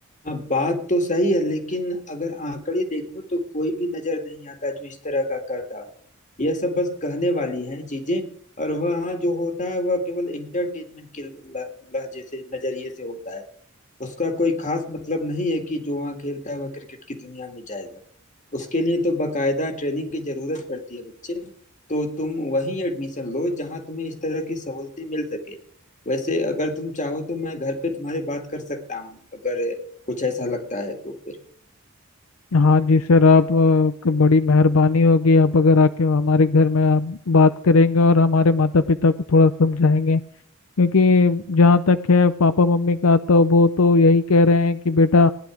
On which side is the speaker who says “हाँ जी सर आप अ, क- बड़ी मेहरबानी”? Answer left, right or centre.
Left